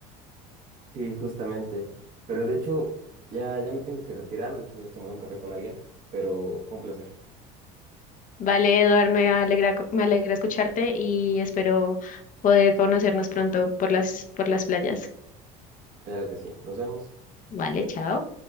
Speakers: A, on the right; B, on the left.
A: Sí, justamente. Pero de hecho, ya, ya me tengo que retirar. De hecho, voy a tomar un café con alguien, pero fue un placer.
B: Vale, Eduard, me alegra, co- me alegra escucharte y espero poder conocernos pronto por las, por las playas.
A: Claro que sí. Nos vemos.
B: Vale, chao.